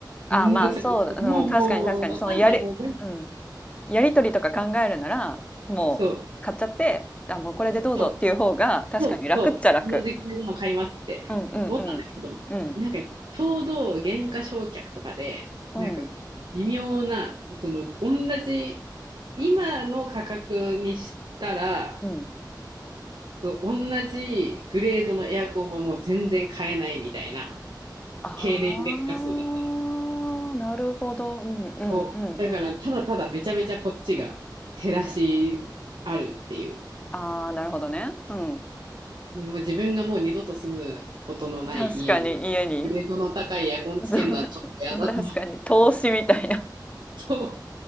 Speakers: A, on the left; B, on the right.
A: あ、
B: の。めんどくさい。
A: まあ、そうだ、うん、
B: もう、
A: 確かに確かに、
B: もう、わかんない。
A: そのやり、
B: もう、
A: うん、やりとりとか考えるなら、もう買っちゃって、
B: そう、
A: あ、もうこれでどうぞっていう方が、
B: そう。
A: 確かに楽っちゃ楽。
B: そう、そう、この時間の買いますって思ったんだけど、
A: うんうんうん。うん、
B: なんかちょうど減価償却とかで、
A: うん、
B: なんか微妙な、その同じ、今の価格にしたら、
A: うん。
B: そう同じグレードのエアコンはもう全然買えないみたいな
A: あ
B: 経年劣化数だったの。
A: あ、なるほど。うんうんうんうん。
B: そう。だからただただめちゃめちゃこっちが手出しあるっていう。
A: ああ、なるほどね。うん。
B: でも自分がもう二度と住むことのない家に、
A: 確かに家に、
B: グレードの高いエアコンつけるのはちょっと嫌だと思って、
A: <laughs> 確かに投資みたいな。
B: そ